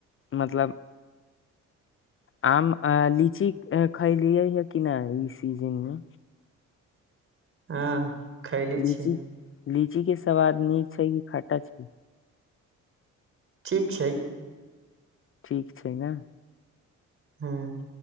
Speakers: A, on the left; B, on the right.
A: मतलब आम लीची खैलियै ह कि नहि ई सीजन मे
B: हँ खैली
A: लीची
B: छी
A: लीची के सवाद नीक छै कि खाटा छै
B: ठीक छै
A: ठीक छै ने
B: हँ